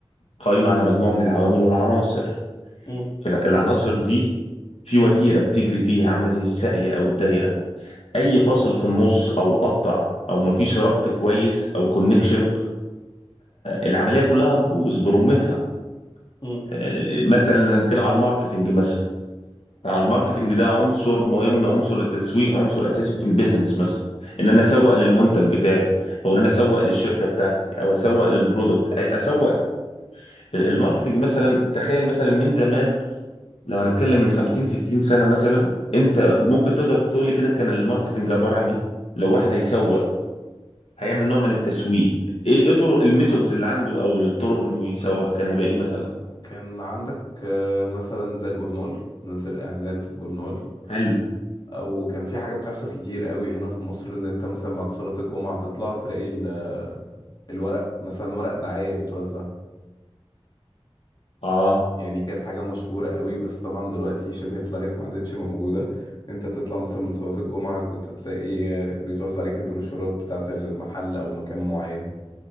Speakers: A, on the left; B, on the left.
A: قائمه على مجموعه من العوامل والعناصر
B: مم.
A: الع- العناصر دي في وتيره بتجري فيها عامله زي الساقيه او الدايره اي فاصل في النص او قطع او مفيش ربط كويس او كونكشن العمليه كلها هتبوظ برمتها
B: مم.
A: آه، مثلا نتكلم على الماركتنج مثلا آه، الماركتنج ده عنصر مهم عنصر التسويق عنصر اساسي في البيزنس مثلا ان انا اسوق للمنتج بتاعي او ان انا اسوق للشركه بتاعتي او اسوق للبرودكت أ- اسوق الماركتنج مثلا تخيل مثلا من زمان لو هنتكلم من 50 60 سنه مثلا انت ممكن تقدر تقول لي كده كان الماركتنج عباره عن ايه لو واحد هيسوق هيعمل
B: آه،
A: نوع من التسويق ايه ايه طرق الميثودز اللي عنده او الطرق انه يسوق كان هيبقى ايه مثلا
B: كان عندك آه، مثلا زي الجورنال نزل اعلان في الجورنال
A: حلو
B: او كان في حاجه بتحصل كتير قوي هنا في مصر ان انت مثلا بعد صلاه الجمعه تطلع تلاقي ال- الورق مثلا ورق دعايه بيتوزع
A: اه
B: يعني دي كانت حاجة مشهورة قوي بس طبعا دلوقتي شبه اتلغت ما عادتش موجودة انت بتطلع مثلا من صلاة الجمعة كنت تلاقي آه، بيتوزع عليك البروشورات بتاعة المحل او مكان معين